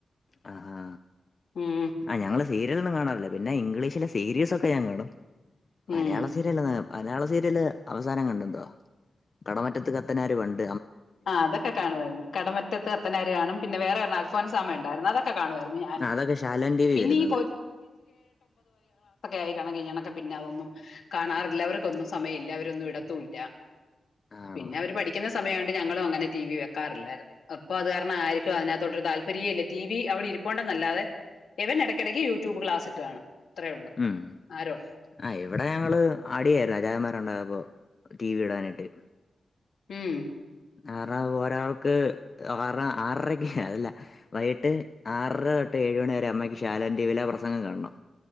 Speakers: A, on the left; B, on the left.
A: ആഹാ
B: ഉം
A: ആ ഞങ്ങള് സീ സീരിയൊന്നും കാണാറില്ല പിന്നെ ഇംഗ്ലീഷിലെ സീരീയസൊക്കെ ഞാൻ കാണും മലയാളം
B: ഉം
A: സീരിയല് മലയാള സീരിയല് അവസാനം കണ്ടുണ്ടോ കടമറ്റത്ത് കത്തനാർ വണ്ട്
B: ആഹ് അതൊക്കെ കാണുവായിരുന്ന് കടമറ്റത്ത് കത്തനാര് കാണും പിന്നെ വേറെ ഒരെണ്ണം അൽഫോൻസാമ ഉണ്ടായിരുന്നു അതക്കെ ഒക്കെ കാണുയിരുന്നു ഞാനും
A: ആ, അതൊക്കെ ശാലൻ ടി വി
B: ക്കെ
A: വരുന്നത്
B: ആയി കണക്കി എണക്ക പിന്നെ അതൊന്നും കാണാറില്ല അവർക്കൊന്നും സമയല്ല അവരൊന്നും വിടത്തൂല്ല
A: ആണോ
B: പിന്നെ അവര് പഠിക്കുന്ന സമയാണ് ഞങ്ങളും അങ്ങനെ ടി വി വെക്കാറില്ലായിരുന്നു അപ്പൊ അത് കാരണം ആരിക്കും അതിനകത്തൊട്ട് താല്പര്യെല്ല ടി വി അവിടെ ഇരിപ്പുണ്ടെന്ന അല്ലാതെ എവൻ ഇടയ്ക്കിടക്ക് യൂട്യൂബ് ക്ലാസിട്ട് കാണും അത്രേ ഒള്ളൂ
A: ഉം
B: ആരോ
A: ആ ഇവിടെ ഞങ്ങള് അടിയായിരുന്നു അചായന്മാരുണ്ടായപ്പോ ടി വി ഇടാനായിട്ട്
B: ഹ്മ്
A: ആറ ഒരാൾക്ക് ആറ ആറരക്ക് അതല്ല വൈകിട്ട് ആററൊട്ട് ഇപ്പ ഏയ്‌ മണി വരെ അമ്മയ്ക്ക് ശാലോം ടിവിയിലെ പ്രസംഗം കാണണം